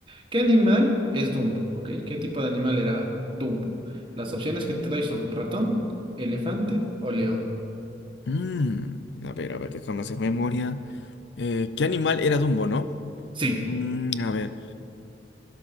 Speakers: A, on the right (about 30°); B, on the left (about 80°).
A: ¿qué animal es Dumbo? Ok, ¿qué tipo de animal era Dumbo? Las opciones que te doy son ratón, elefante o león.
B: Mm, a ver, a ver, déjame hacer memoria. Eh, ¿qué animal era Dumbo, no?
A: Sí,
B: Mm, a ver,